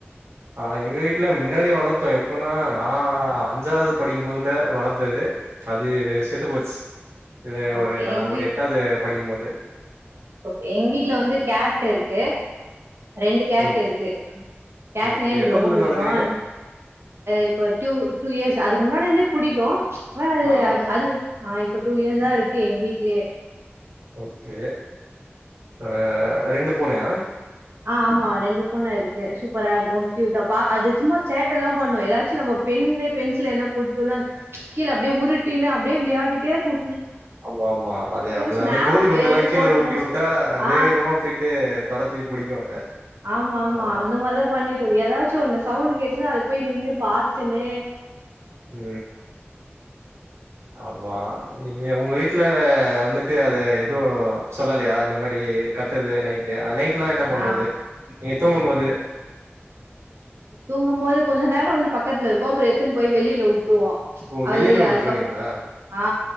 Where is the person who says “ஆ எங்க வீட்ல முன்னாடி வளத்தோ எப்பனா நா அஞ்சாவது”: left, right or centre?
Right